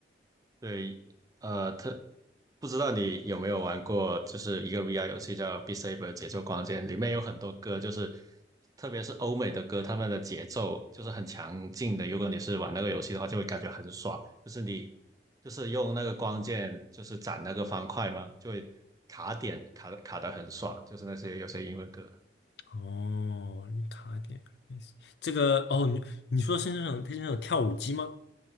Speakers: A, on the right; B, on the left.
A: 对，呃，特不知道你有没有玩过，就是一个 VR 游戏叫《Beat Saber》节奏光剑，里面有很多歌，就是特别是欧美的歌，他们的节奏就是很强劲的。如果你是玩那个游戏的话，就会感觉很爽，就是你就是用那个光剑就是斩那个方块嘛，就会卡点卡的卡的很爽，就是那些有些英文歌。
B: 哦，你卡点，这个哦，你你说是那种是那种跳舞机吗？